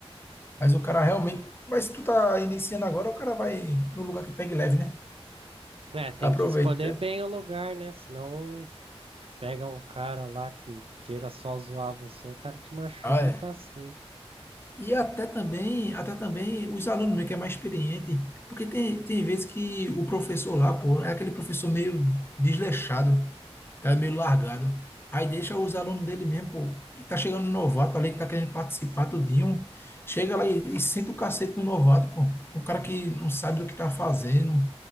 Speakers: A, on the left; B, on the right.
A: Mas o cara realmente. Mas se tu tá iniciando agora, o cara vai num lugar que pegue leve, né?
B: É, tem
A: Aproveita.
B: que escolher bem o lugar, né? Senão pega um cara lá que queira só zoar você, o cara te machuca
A: Ah, é.
B: facinho.
A: E até também, até também os alunos mesmo, que é mais experiente, porque tem, tem vezes que o professor lá, pô, é aquele professor meio desleixado, tá meio largado. Aí deixa os alunos dele mesmo, pô, tá chegando um novato ali que tá querendo participar tudinho, chega lá e, e senta o cacete no novato, pô. Um cara
B: Hum.
A: que não sabe do que tá fazendo,